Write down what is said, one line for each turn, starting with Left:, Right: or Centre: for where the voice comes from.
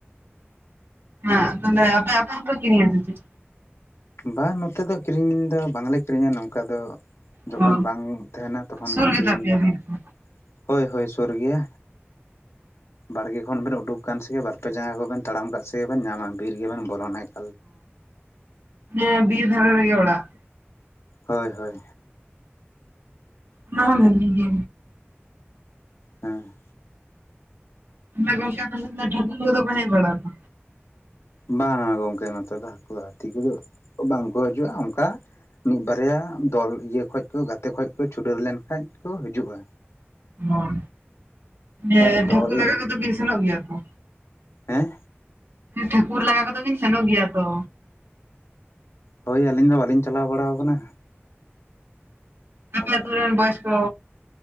Right: ᱦᱮᱸ ᱛᱟᱦᱚᱞᱮ ᱟᱯᱮ ᱟᱯᱮ ᱦᱚ ᱯᱮ ᱠᱤᱨᱤᱧ-ᱟ ᱥᱮ ᱪᱮᱫ
Left: ᱵᱟᱝ ᱱᱚᱛᱮ ᱫᱚ ᱠᱤᱨᱤᱧ ᱫᱚ ᱵᱟᱝᱞᱮ ᱠᱤᱨᱤᱧᱟ ᱱᱚᱝᱠᱟ ᱫᱚ
Right: ᱚ
Left: ᱡᱚᱠᱷᱚᱱ ᱵᱟᱝ ᱛᱟᱦᱮᱱᱟ ᱛᱚᱠᱷᱚᱱᱜᱤ
Right: ᱥᱩᱨ
Left: ᱠᱤᱨᱤᱧ
Right: ᱜᱮᱛᱟ ᱯᱮᱭᱟ
Left: <unintelligible>
Right: ᱵᱤᱨ ᱠᱚ
Left: ᱦᱳᱭ ᱦᱳᱭ ᱥᱩᱨ ᱜᱤᱭᱟ ᱵᱟᱲᱜᱮ ᱠᱷᱚᱱ ᱵᱮᱱ ᱩᱰᱩᱠ ᱟᱠᱟᱱ ᱥᱮᱜᱮ ᱵᱟᱨᱯᱮ ᱡᱟᱸᱜᱟ ᱠᱚ ᱵᱮᱱ ᱛᱟᱲᱟᱢ ᱠᱟᱜ ᱥᱮᱜᱮ ᱵᱮᱱ ᱧᱟᱢᱟ ᱵᱤᱨ ᱜᱮᱵᱮᱱ ᱵᱚᱞᱚᱱᱮᱫ ᱠᱚᱣᱟ
Right: ᱦᱩᱸ ᱵᱤᱨ ᱫᱷᱟᱨᱟ ᱨᱮ ᱜᱮ ᱚᱲᱟᱜ
Left: ᱦᱳᱭ ᱦᱳᱭ
Right: ᱚᱱᱟ ᱦᱚᱸ ᱵᱷᱟᱹᱜᱮ ᱜᱮ
Left: ᱦᱮᱸ
Right: ᱛᱟᱦᱮᱞᱮ ᱜᱚᱢᱠᱮ ᱟᱯᱮᱥᱮᱫ ᱫᱚ ᱴᱷᱟᱠᱩᱨ ᱠᱚᱫᱟ ᱠᱚ ᱦᱮᱡ ᱵᱟᱲᱟᱜ ᱛᱚ
Left: ᱵᱟᱝ ᱜᱚᱢᱠᱮ ᱱᱚᱛᱮ ᱫᱚ ᱦᱟᱹᱠᱩ ᱦᱟᱹᱛᱤ ᱠᱚᱫᱚ ᱵᱟᱝ ᱠᱚ ᱦᱤᱡᱩᱜᱼᱟ ᱚᱱᱠᱟ ᱢᱤᱫ ᱵᱟᱨᱭᱟ ᱫᱚᱞ ᱤᱭᱟᱹ ᱠᱷᱚᱱ ᱠᱚ ᱜᱟᱛᱮ ᱠᱷᱚᱱ ᱠᱚ ᱪᱷᱩᱰᱣ ᱞᱮᱱ ᱠᱷᱟᱱᱡ ᱠᱚ ᱦᱤᱡᱩᱜᱼᱟ
Right: ᱚᱸ
Left: ᱚᱱᱠᱟ
Right: ᱢᱮᱭᱟᱭ
Left: ᱫᱚᱞ
Right: ᱴᱷᱟᱹᱠᱩᱨ ᱞᱟᱜᱟ ᱠᱚᱫᱚ ᱵᱤᱱ ᱥᱮᱱᱚᱜ ᱜᱮᱭᱟ ᱛᱚ
Left: ᱦᱮᱸ
Right: ᱴᱷᱟᱹᱠᱩᱨ ᱞᱟᱜᱟ ᱠᱚᱫᱚ ᱵᱤᱱ ᱥᱮᱱᱚᱜ ᱜᱮᱭᱟ ᱛᱚ
Left: ᱦᱳᱭ ᱟᱹᱞᱤᱧ ᱢᱟ ᱵᱟᱹᱞᱤᱧ ᱪᱟᱞᱟᱣ ᱵᱟᱲᱟ ᱠᱟᱱᱟ
Right: ᱩᱸ ᱟᱯᱮ
Left: ᱟᱫᱚ
Right: ᱟᱛᱳ ᱨᱮᱱ ᱵᱚᱭᱮᱥ ᱠᱚ